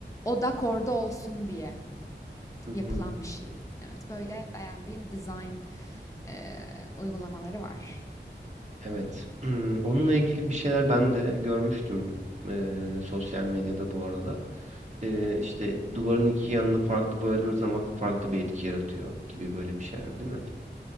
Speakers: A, on the left; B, on the right.
A: odak orada olsun diye
B: Hı
A: yapılan
B: hı.
A: bir şey. Evet böyle beğendiğim design eee, uygulamaları var.
B: Evet. Imm, onunla ilgili bir şeyler ben de görmüştüm, eee, sosyal medyada bu arada. Eee, işte, duvarın 2 yanına farklı boyadığın zaman farklı bir etki yaratıyor gibi böyle bir şeyler, değil mi?